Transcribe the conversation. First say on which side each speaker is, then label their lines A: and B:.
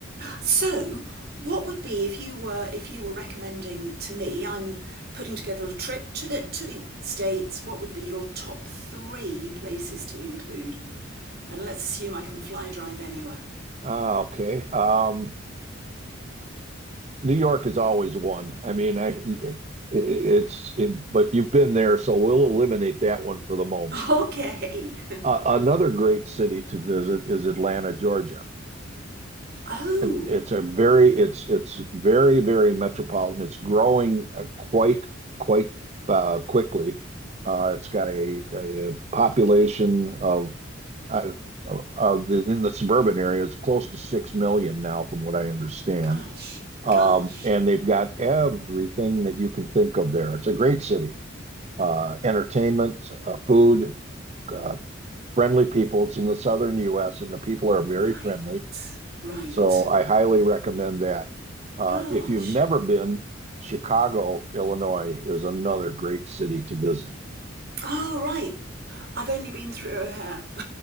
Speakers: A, on the right; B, on the right.
A: So, what would be if you were if you were recommending to me? I'm putting together a trip to the to the states. What would be your top three places to include? And let's assume I can fly drive anywhere.
B: Ah, okay. Um, New York is always one. I mean, I it, it's it, but you've been there, so we'll eliminate that one for the moment.
A: Okay. <laughs>
B: Uh, another great city to visit is Atlanta, Georgia.
A: oh
B: It, it's a very it's it's very very metropolitan. It's growing uh, quite quite uh, quickly. Uh, it's got a, a population of uh, of, of the, in the suburban areas close to six million now, from what I understand.
A: gosh,
B: Um,
A: gosh.
B: and they've got everything that you can think of there. It's a great city. Uh, entertainment, uh, food, uh, friendly people. It's in the southern U.S. and the people are
A: Right,
B: very friendly.
A: right.
B: So I highly recommend that. Uh,
A: Gosh.
B: if you've never been, Chicago, Illinois is another great city to visit.
A: Oh, right. I've only been through her hair,